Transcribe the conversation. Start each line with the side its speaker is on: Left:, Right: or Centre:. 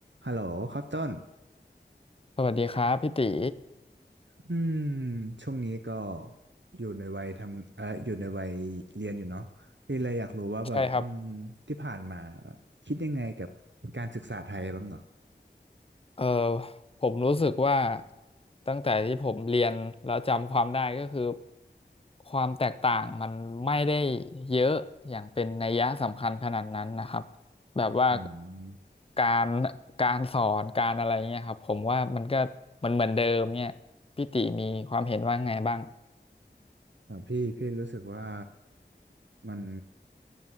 Right: ฮัลโหลครับต้น
Left: สวัสดีครับพี่ตี
Right: อืมช่วงนี้ก็อยู่ในวัยทำเอ่ออยู่ในวัยเรียนอยู่เนาะพี่เลยอยากรู้ว่าแบบอืม
Left: ใช่ครับ
Right: ที่ผ่านมาแบบคิดยังไงกับการศึกษาไทยบ้างเหรอ
Left: เอ่อผมรู้สึกว่าตั้งแต่ที่ผมเรียนแล้วจำความได้ก็คือความแตกต่างมันไม่ได้เยอะอย่างเป็นนัยยะสำคัญขนาดนั้นนะครับแบบว่า
Right: อืม
Left: การการสอนการอะไรเงี้ยครับผมว่ามันก็เหมือนเหมือนเดิมเนี่ยพี่ตีมีความเห็นว่าไงบ้าง
Right: เอ่อพี่พี่รู้สึกว่ามัน